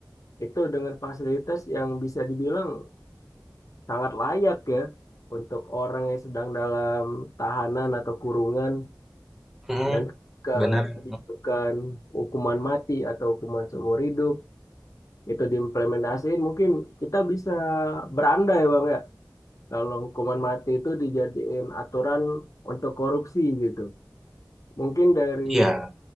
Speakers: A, on the left (about 50°); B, in the centre.
A: itu dengan fasilitas yang bisa dibilang sangat layak ya untuk orang yang sedang dalam tahanan atau kurungan
B: mhm.
A: dan ke
B: Benar.
A: kebijakan hukuman mati atau hukuman seumur hidup itu diimplementasiin mungkin kita bisa berandai bang ya kalau hukuman mati itu dijadiin aturan untuk korupsi gitu. Mungkin dari
B: Iya,